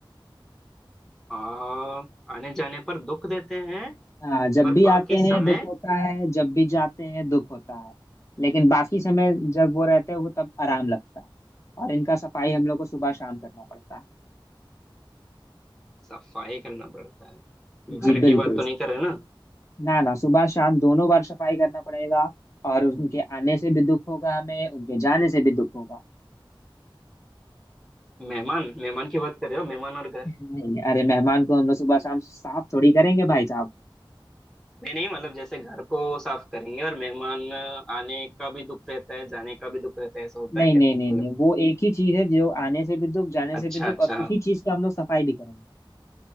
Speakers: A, in the centre; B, on the left (about 35°).
A: आ, आने जाने पर दुख देते हैं
B: हाँ जब
A: और
B: भी
A: बाकी
B: आते हैं
A: समय
B: दुख होता है जब भी जाते हैं दुख होता है लेकिन बाकी समय जब वो रहते हैं वो तब आराम लगता है और इनका सफाई हम लोग को सुबह शाम करना पड़ता है
A: सफाई करना पड़ता है घर
B: जी बिल्कुल
A: की बात तो नहीं कर रहे ना
B: ना ना सुबह शाम दोनों बार सफाई करना पड़ेगा और उनके आने से भी दुख होगा हमें उनके जाने से भी दुख होगा
A: मेहमान मेहमान की बात कर रहे हो मेहमान और घर
B: नहीं <laughs> अरे मेहमान को हम लोग सुबह शाम साफ थोड़ी करेंगे भाई साहब
A: नहीं नहीं मतलब जैसे घर को साफ करेंगे और मेहमान आने का भी दुख रहता है जाने का भी दुख रहता है ऐसा होता
B: नहीं
A: है क्या
B: नहीं नहीं
A: मतलब
B: नहीं वो एक ही चीज है जो आने से भी दुख जाने
A: अच्छा
B: से भी दुख
A: अच्छा
B: और उसी चीज का हम लोग सफाई भी करेंगे